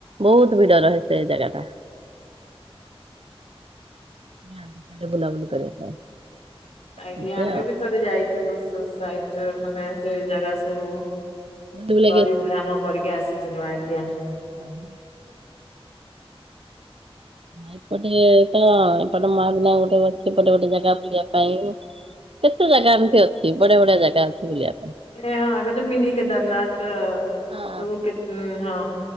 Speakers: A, on the right; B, on the left.
A: ବହୁତ ଭିଡ ରହେ ସେଇଜାଗା ଟା।
B: <inaudible>
A: ନିଅନ୍ତି ସେଆଡେ ବୁଲାବୁଲି କରିବା ପାଇଁ।
B: ଆଜ୍ଞା
A: ଏମିତି
B: ଆମେ
A: ଆଉ
B: ବି ଥରେ ଯାଇଥିଲୁ ସେ ସାଇଟ ମାନେ ସେଇ ଜାଗା ସବୁ।
A: ବୁଲି ବୁଲାକି
B: ପରିଭ୍ରାମ କରିକି ଆସିଥିଲୁ ଆଜ୍ଞା।
A: ଅହ। ନାଇଁ ଏପଟେ ତ ଏପଟେ ମହାବିନାୟ ଗୋଟେ ଅଛି। ଏପଟେ ଗୋଟେ ଜାଗା ବୁଲିବା ପାଇଁ। କେତେ ଜାଗା ଏମିତି ଅଛି ବଢିଆ ବଢିଆ ଜାଗା ଅଛି ବୁଲିବା ପାଇଁ
B: ଏ ହଁ ଏବେ ତ ମିନି କେଦାରନାଥ
A: ହଁ,
B: ସବୁ କେ ହଁ